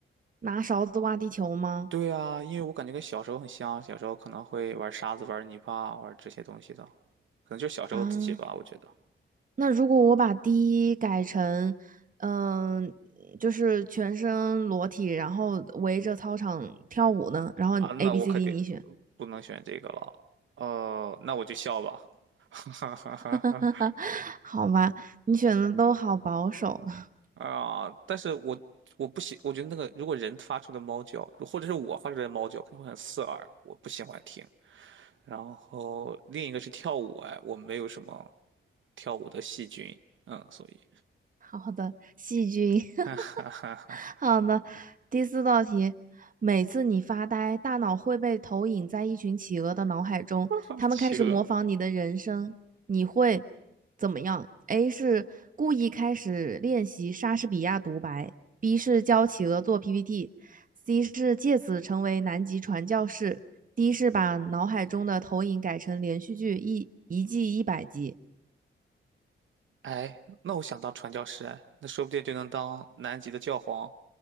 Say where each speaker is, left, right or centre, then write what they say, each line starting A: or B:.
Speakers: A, on the right (about 40°); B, on the right (about 70°).
A: 拿勺子挖地球吗？
B: 对啊，因为我感觉跟小时候很像，小时候可能会玩沙子、玩泥巴、玩这些东西的，可能就是小时候自己吧，
A: 啊，
B: 我觉得。
A: 那如果我把第一改成，嗯、就是全身裸体，然后围着操场跳舞呢？然后
B: 啊，那我肯定
A: A、B、C、D 你选，
B: 不能选这个了。呃，那我就笑吧。<laughs> 哈哈哈哈。
A: <laughs> 好吧，你选的都好保守。<laughs>
B: 啊、但是我我不喜，我觉得那个如果人发出的猫叫，或者是我发出来的猫叫，肯定会很刺耳，我不喜欢听。然后另一个是跳舞，哎，我没有什么跳舞的细菌，嗯，所以
A: 好的，细菌。
B: <laughs>，
A: <laughs>
B: 哈哈哈
A: 好的，第四道题，每次你发呆，大脑会被投影在一群企鹅的脑海中，
B: 哈，
A: 它们开始模仿你的人生，
B: 企鹅。
A: 你会怎么样？A 是故意开始练习莎士比亚独白，B 是教企鹅做 PPT，C 是借此成为南极传教士，D 是把脑海中的投影改成连续剧一一季一百集，
B: 哎，那我想当传教士，哎，那说不定就能当南极的教皇，